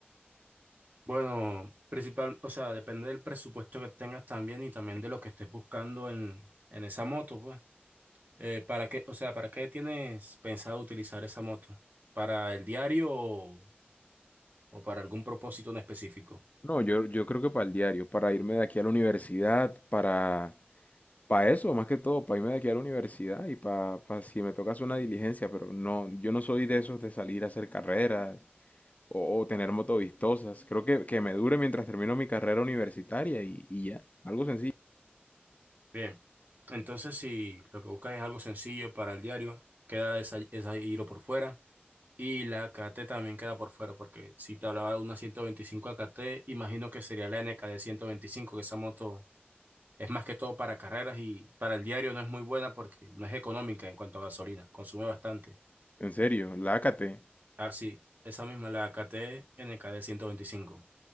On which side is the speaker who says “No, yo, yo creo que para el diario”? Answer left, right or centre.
Left